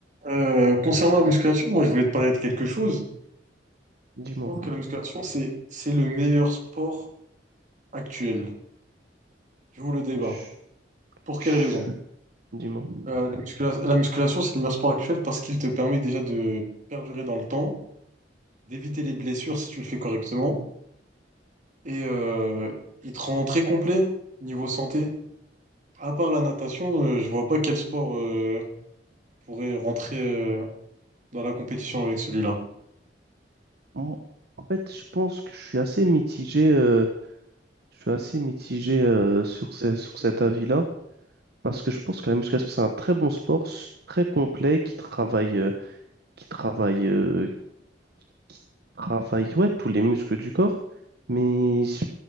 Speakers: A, on the right (about 45°); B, on the right (about 60°).
A: Euh, concernant la musculation, moi je voulais te parler de quelque chose.
B: Dis-moi.
A: Je pense que la musculation, c'est c'est le meilleur sport actuel. Je vous le débat.
B: Je-
A: Pour
B: je-
A: quelle raison?
B: Dis-moi.
A: Euh, la muscula- la musculation, c'est le meilleur sport actuel parce qu'il te permet déjà de perdurer dans le temps, d'éviter les blessures si tu le fais correctement, et euh, il te rend très complet niveau santé. À part la natation, euh, je vois pas quel sport euh, pourrait rentrer euh, dans la compétition avec celui-là.
B: En en fait, je pense que je suis assez mitigé, euh, je suis assez mitigé euh, sur ce- sur cet avis-là, parce que je pense que la musculation, c'est un très bon sport, s- très complet, qui travaille, euh, qui travaille, euh, qui travaille, ouais, tous les muscles du corps, mais je-